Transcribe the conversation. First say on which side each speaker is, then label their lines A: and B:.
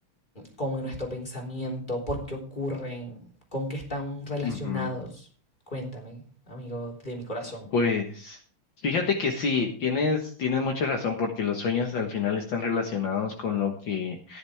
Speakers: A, on the left; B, on the left.
A: con nuestro pensamiento, por qué ocurren, con qué están relacionados.
B: ujú.
A: Cuéntame, amigo de mi corazón.
B: Pues fíjate que sí, tienes, tienes mucha razón porque los sueños al final están relacionados con lo que